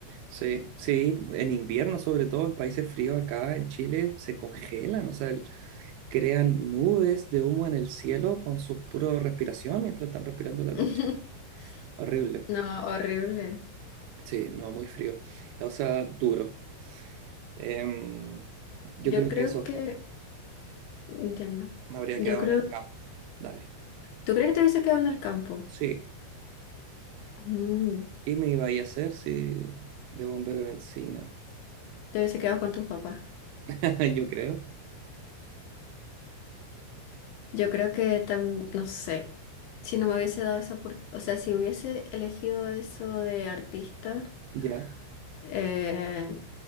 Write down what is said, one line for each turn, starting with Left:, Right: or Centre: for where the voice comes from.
Right: sí, sí, en invierno, sobre todo en países fríos acá en Chile, se congelan, o sea, el- crean nubes de humo en el cielo con su pura respiración mientras están respirando en la
Left: <laughs>
Right: noche. Horrible.
Left: No, horrible.
Right: Sí, no, muy frío. O sea, duro. Em, yo
Left: Yo
Right: creo
Left: creo
Right: que eso
Left: que, entiendo.
Right: me habría
Left: Yo
Right: quedado
Left: creo,
Right: en el campo. Dale.
Left: ¿tú crees que te hubiese quedado en el campo?
Right: Sí.
Left: Mm,
Right: ¿Qué me iba a ir a hacer si de bombero de bencina?
Left: te hubiese quedado con tus papás.
Right: <laughs> Yo creo.
Left: Yo creo que tam- no sé, si no me hubiese dado esa oportunidad, o sea, si hubiese elegido eso de artista,
Right: Ya.
Left: eh,